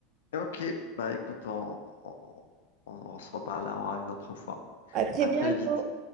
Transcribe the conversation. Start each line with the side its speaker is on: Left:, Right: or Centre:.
Left: Ok, bah écoute, on, on, on- on se reparle là une autre fois.
Right: À très
Left: À
Right: bientôt.
Left: très vite.